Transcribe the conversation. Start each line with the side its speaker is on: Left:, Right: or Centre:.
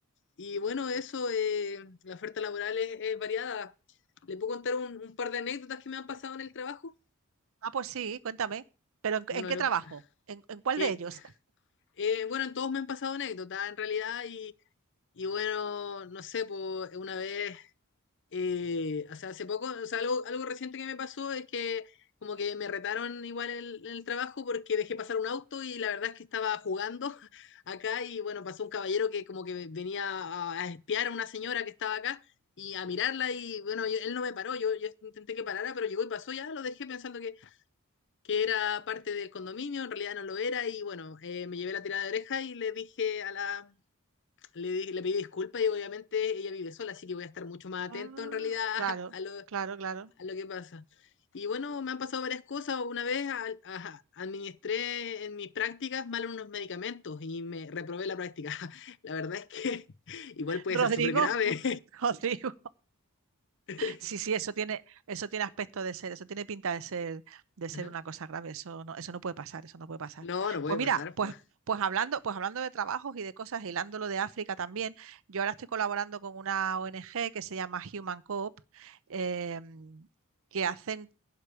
Left: Y bueno, eso, eh, la oferta laboral es, es variada. ¿Le puedo contar un, un par de anécdotas que me han pasado en el trabajo?
Right: Ah, pues sí, cuéntame. ¿Pero en, en
Left: Bueno,
Right: qué
Left: el
Right: trabajo?
Left: otro-
Right: ¿En, en cuál
Left: eh,
Right: de ellos?
Left: eh, bueno, en todos me han pasado anécdotas, en realidad, y, y bueno, no sé, pues una vez Eh, o sea, hace poco, o sea, algo, algo reciente que me pasó es que como que me retaron igual en el, en el trabajo porque dejé pasar un auto y la verdad es que estaba jugando <laughs> acá y bueno, pasó un caballero que como que venía a, a espiar a una señora que estaba acá y a mirarla y bueno, yo- él no me paró, yo, yo intenté que parara, pero llegó y pasó, ya lo dejé pensando que, que era parte del condominio, en realidad no lo era y bueno, eh, me llevé la tirada de oreja y le dije a la, le, di- le pedí disculpas y obviamente ella vive sola, así que voy a estar mucho más
Right: Ah,
Left: atento en realidad <laughs>
Right: claro,
Left: a, a lo, a
Right: claro, claro.
Left: lo que pasa. Y bueno, me han pasado varias cosas. Una vez al- a- administré en mis prácticas mal unos medicamentos y me reprobé la práctica. <laughs> La verdad es que <laughs> igual puede
Right: Rodrigo,
Left: ser súper grave.
Right: <laughs> Rodrigo.
Left: <laughs>
Right: Sí, sí, eso tiene, eso tiene aspecto de ser, eso tiene pinta de ser, de ser
Left: Ajá.
Right: una cosa grave. Eso no, eso no puede pasar, eso no puede pasar.
Left: No, no puede
Right: Pues mira,
Left: pasar,
Right: pues,
Left: pues.
Right: pues hablando, pues hablando de trabajos y de cosas, hilando lo de África también, yo ahora estoy colaborando con una ONG que se llama Human Coop, em, que hacen